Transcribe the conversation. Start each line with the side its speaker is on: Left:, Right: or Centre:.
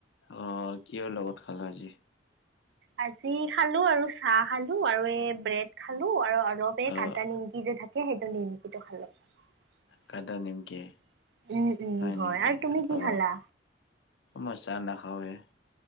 Left: অ' কিহৰ লগত খালা আজি?
Right: আজি খালোঁ আৰু চাহ খালোঁ আৰু এই ব্ৰেড খালোঁ আৰু অলপ
Left: অ',
Right: কাটা নিমকি যে থাকে সেইটো নিমকিটো খালোঁ। উম
Left: কাটা নিমকি
Right: উম হয়
Left: নেকি?
Right: আৰু তুমি কি
Left: অ',
Right: খালা?
Left: মই চাহ নাখাওৱে।